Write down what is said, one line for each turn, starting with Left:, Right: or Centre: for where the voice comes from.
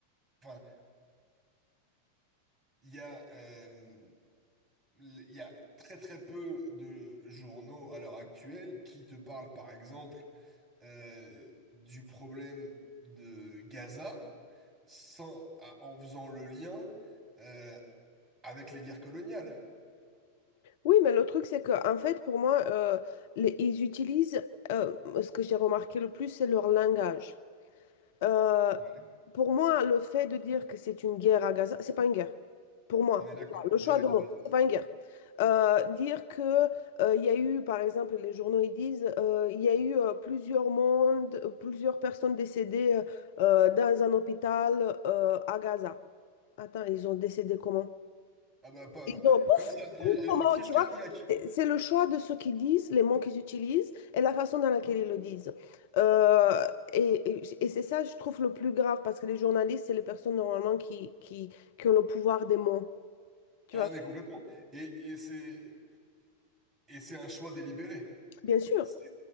Right: Enfin, il y a, euh, il y a très très peu de journaux à l'heure actuelle qui te parlent, par exemple, euh, du problème de Gaza sans, à- en faisant le lien euh, avec les guerres coloniales.
Left: Oui, mais le truc, c'est que, en fait, pour moi, euh, les- ils utilisent, euh, ce que j'ai remarqué le plus, c'est leur langage. Euh,
Right: Mhm.
Left: pour moi, le fait de dire que c'est une guerre à Gaza, c'est pas une guerre. Pour moi,
Right: On est d'accord,
Left: déjà, le
Right: déjà
Left: choix de
Right: de
Left: mots,
Right: base.
Left: c'est pas une guerre. Euh, dire que euh, il y a eu, par exemple, les journaux ils disent, euh, il y a eu euh, plusieurs mondes, euh, plusieurs personnes décédées euh, dans un hôpital euh, à Gaza. Attends, ils ont décédé comment?
Right: Ah bah, pas,
Left: Ils ont pouf,
Right: comme ça, euh,
Left: pouf, comment,
Right: euh, crise
Left: tu
Right: cardiaque.
Left: vois, c'est c'est le choix de ce qu'ils disent, les mots qu'ils utilisent et la façon dans laquelle ils le disent. Euh, et et- et c'est ça, je trouve, le plus grave parce que les journalistes, c'est les personnes normalement qui, qui, qui ont le pouvoir des mots. Tu
Right: Ah
Left: vois,
Right: mais complètement. Et, et c'est et c'est un choix délibéré.
Left: bien sûr,
Right: C'est